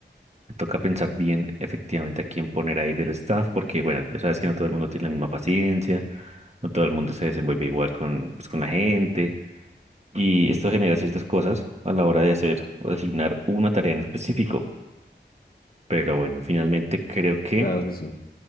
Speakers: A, on the right; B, on the left.
A: Me toca pensar bien efectivamente a quién poner ahí del staff, porque bueno, ya sabes que no todo el mundo tiene la misma paciencia, no todo el mundo se desenvuelve igual con, pues, con la gente. Y esto genera ciertas cosas a la hora de hacer o designar una tarea en específico. Pero bueno, finalmente creo que
B: Claro que sí.